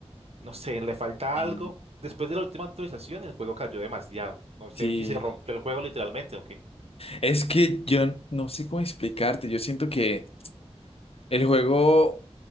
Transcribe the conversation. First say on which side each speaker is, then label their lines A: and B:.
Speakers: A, on the right; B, on the left.
A: No sé, le falta
B: Sí.
A: algo. Después de la última actualización, el juego cayó demasiado. No
B: Sí,
A: sé si se rompió el juego literalmente o qué.
B: es que yo no sé cómo explicarte, yo siento que... El juego